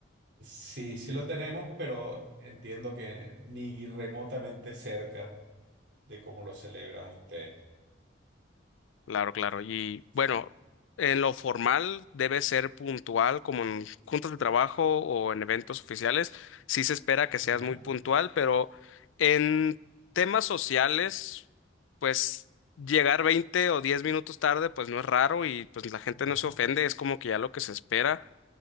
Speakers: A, on the right (about 65°); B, on the left (about 85°).
A: Sí, sí lo tenemos, pero entiendo que ni remotamente cerca de cómo lo celebran ustedes.
B: Claro, claro. Y
A: Sí.
B: bueno, en lo formal debe ser puntual, como en juntas de trabajo o en eventos oficiales. Sí se espera que
A: Ya,
B: seas muy puntual, pero en temas sociales, pues llegar 20 o 10 minutos tarde, pues no es raro y pues la gente no
A: ya.
B: se ofende, es como que ya lo que se espera,